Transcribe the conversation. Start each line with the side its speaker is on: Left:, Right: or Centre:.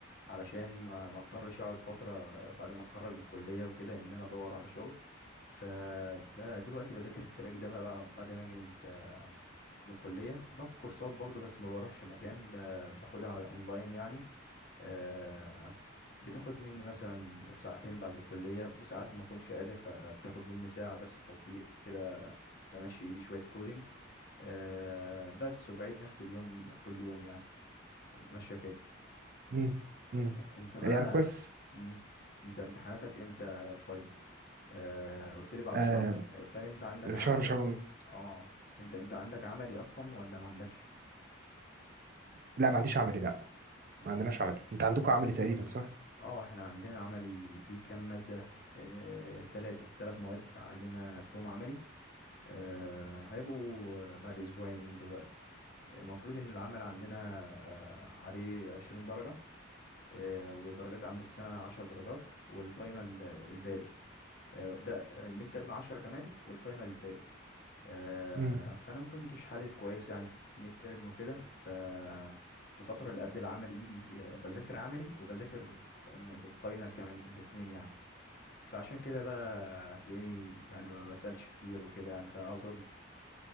Left: علشان ما ما اضطرش اقعد فترة آه، بعد ما اتخرج من الكلية وكده ان انا ادور على شغل فدلوقتي بذاكر التراك ده بقى بعد بعد ما اجي من ال- من الكلية باخد كورسات برضو بس ما بروحش مكان باخدها على اونلاين يعني آه، بتاخد مني مثلا ساعتين بعد الكلية وساعات ما اكونش قادر فبتاخد مني ساعة بس تطبيق كده بمشي ايدي شوية كودينج آه، بس وبعيد نفس اليوم كل يوم يعني ماشية كده
Right: مم. مم.
Left: انت بقى
Right: يعني كويس
Left: مم. انت امتحاناتك امتى الفاينل آه، قلت لي بعد
Right: آه
Left: شهر آه، فهل انت عندك عملي
Right: شهر شهر
Left: اصلا
Right: ون-
Left: اه انت انت عندك عملي اصلا ولا ما عندكش
Right: لا ما عنديش عملي لا
Left: مم.
Right: ما عندناش عملي انت عندكم عملي تقريبا صح؟
Left: اه احنا عندنا عملي في كام مادة آه، تلاتة تلات مواد عندنا فيهم عملي آه، هيبقوا بعد أسبوعين من دلوقتي المفروض إن العمل عندنا آه، عليه عشرين درجة آه، ودرجات عمل السنة عشر درجات والفاينل الباقي آه، لا الميد ترم عشرة كمان والفاينل الباقي آه،
Right: مم.
Left: فانا ما كنتش حالل كويس يعني في الميد ترم وكده فالفتره اللي قبل العمل دي آه، بذاكر عملي وبذاكر آه، للفاينل كمان الاتنين يعني فعشان كده بقى هتلاقيني يعني ما بسالش كتير وكده يعني فاعذرني